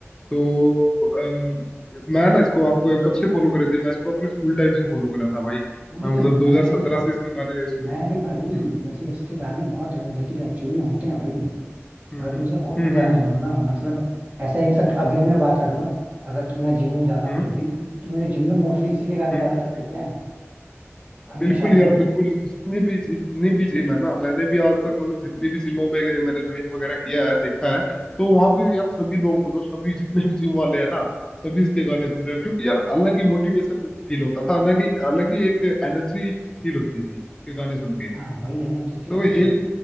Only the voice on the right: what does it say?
नहीं
नहीं
मैं भाई
मैं भी भाई
वैसे इसके गाने बहुत एनर्जेटिक एक्चुअली में होते हैं भाई
अगर तुम
इसका कोई भी
गाना
सुनो ना मतलब ऐसा इनफेक्ट
अभी भी मैं बात करूँ ना अगर तुम मैं जिम में जाता हूँ
जब
भी तो मेरे जिम में मोस्टली इसी के गाने
ज्यादातर चलते हैं हमेशा
ही
हाँ वही है ना क्योंकि
यार देखो